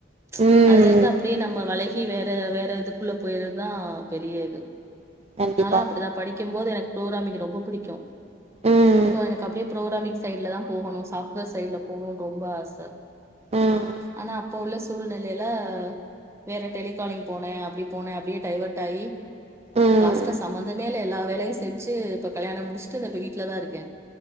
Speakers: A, on the right; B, on the right.
A: ச்ச
B: ம்
A: அதுலந்து அப்டியே நம்மே வளை கி வேற வேற இதுக்குள்ள போயீர்தா பெரியே இது
B: கண்டிப்பா
A: நாலா அப்புடுதா படிக்கிம்போது எனக் தோறா மிகு ரொம்போப் குடிக்கு
B: ம்
A: சோ எனக் அப்டே புரோகிராம்மிங் சைடுல தா போகணு சாஃப்ட் வேர் சைட்ல போணும்னு ரொம்ப ஆச
B: ம்
A: ஆனா அப்ப உள்ள சூழ்நிலையில வேற டெலிகாலிங் போனே அப்டி போனே அப்படியே டைவர்ட் ஆயி
B: ம்
A: லாஸ்டா சமந்தமேயில்ல எல்லா வேலையு செஞ்சு இப்ப கல்யாண முடிஷ்ட்டு இந்தேப்ப வீட்லதா இருக்கே